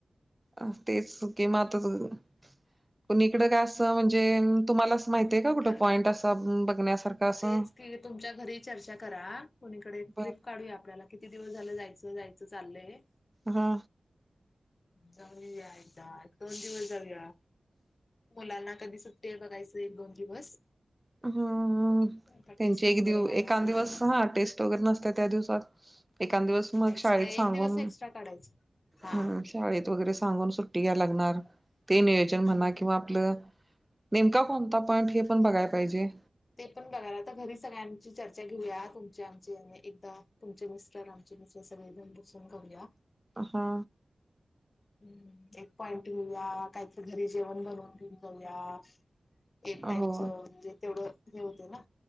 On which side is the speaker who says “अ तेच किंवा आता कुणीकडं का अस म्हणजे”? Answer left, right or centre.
Right